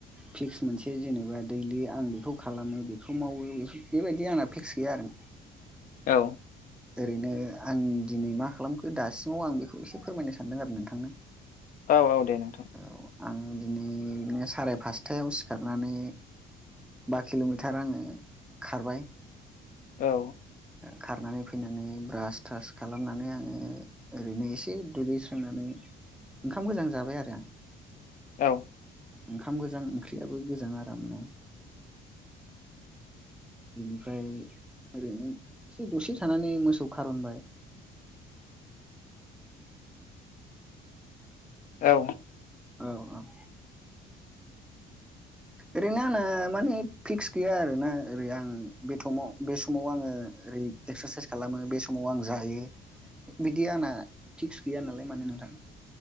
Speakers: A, in the centre; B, on the left.
A: फिक्स मोनसे जेनेबा दैलि आं बेखौ खालामो बेखौ मावो बेबायदि आंना फिक्स गैया आरो
B: औ
A: ओरैनो आं दिनै मा खालामखो दासिमाव आं बेखौ एसे फोरमायनो सानदों आरो नोंथांनो
B: औ औ दे नोंथां
A: औ आङो दिनैनो साराय फासथायाव सिखारनानै बा किल'मिटार आङो खारबाय
B: औ
A: खारनानै फैनानै ब्रास थ्रास खालामनानै आङो ओरैनो एसे दुगैस्रोनानै ओंखाम गोजां जाबाय आरो आं
B: औ
A: ओंखाम गोजां ओंख्रियाबो गोजां आरामनो
B: <inaudible>
A: बिनिफ्राय ओरैनो एसे दसे थानानै मोसौ खारनबाय
B: <inaudible> औ
A: औ औ ओरैनो आंना माने फिक्स गैया आरोना ओरै आं बेथमाव बे समाव आङो ओरै एक्सारसाइस खालामो बे समाव आं जाहायो बिदि आंना फिक्स गैया नालाय नोंथां